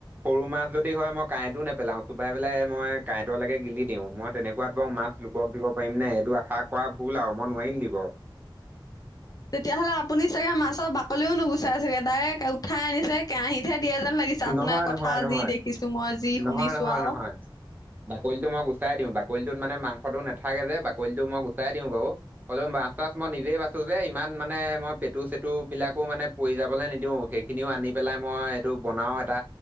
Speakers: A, on the right; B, on the left.
A: সৰু মাছ যদি হয়, মই কাঁইটো নেপেলাওঁ। চোবাই পেলাই মই, কাঁইটৰলৈকে গিলি দিওঁ। মই তেনে কোৱাত বাৰু মাছ লোকক দিব পাৰিম নে। এইটো আশা কৰা ভুল আৰু মই নোৱাৰিম দিব।
B: তেতিয়াহ'লে আপুনি চাগে মাছৰ বাকলিও নুগুচাই চাগে, ডাইৰেক্ট উঠাই আনিছে। কেৰাহীতহে দিয়ে যেন লাগিছে। আপোনাৰ
A: নহয় নহয়
B: কথা
A: নহয়
B: যি দেখিছোঁ মই, যি
A: নহয়
B: শুনিছোঁ
A: নহয়
B: আৰু।
A: নহয় বাকলিটো মই গুচাই দিওঁ, বাকলিটোত মানে, মাংসটো নাথাকে যে, বাকলিটো মই গুচাই দিওঁ বাৰু। হ'লেও, মাছ-চাছ মই নিজেই বাছো যে। ইমান মানে, মই পেটু-চেটু বিলাকো মানে, পৰি যাবলৈ নিদিওঁ। সেইখিনিও আনি পেলাই মই, এইটো বনাও এটা।